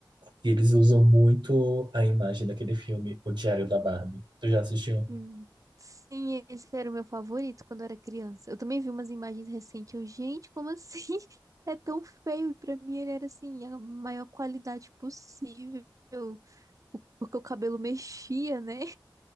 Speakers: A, on the right; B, on the right.
A: e eles usam muito a imagem daquele filme, O Diário da Barbie. Tu já assistiu?
B: Hum, Sim, esse era o meu favorito quando eu era criança. Eu também vi umas imagens recentes. Eu, gente, como assim? <laughs> É tão feio. E pra mim ele era assim, a maior qualidade possível. O- Porque o cabelo mexia, né?